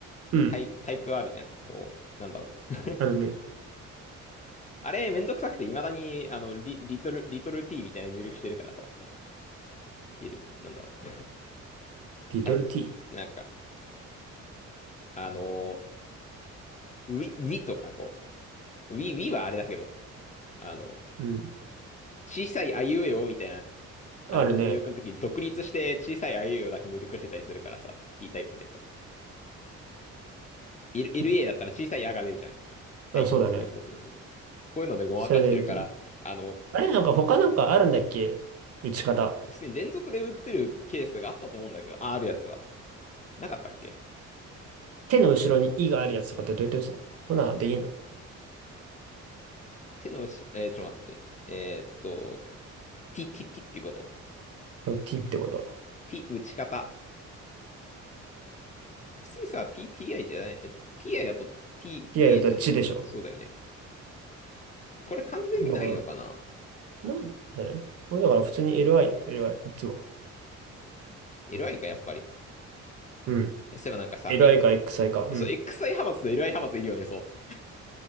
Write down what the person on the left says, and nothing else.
タイプ、タイプあるじゃん。こう、なんだろう。
あれ、めんどくさくて、未だに、あの、リ、リトル、リトル T みたいな入力してるからさ、こう、いる、なんだろ
う。<laughs> タイプ、
なんか、あのーウィ、ウィとか、こう、Wii、Wii はあれだけど、あの、
小さいあいうえおみたいな、あれの入力の時、
独立して小さいあいうえおだけ入力してたりするからさ、キータイプでさ。L、
LA だったら小さいあが出るじゃん。キタイプの時、
そうそうそうそう。こういうのでごまかしてるから、
あの、
普通に連続で打ってるケースがあったと思うんだけど、あ、あるやつは。なかったっけ
手の後ろ、えーちょっと待って。えーっと、t, t, t っていうこと
t、打ち方。普通にさ、t, ti じゃない。え ti だと t, th
じゃない。そうだよね。これ完全にないのかな
?LI か、やっぱり。
そういえばなんかさ、
え、
そう、XI 派閥と LI 派閥いるよね、そう。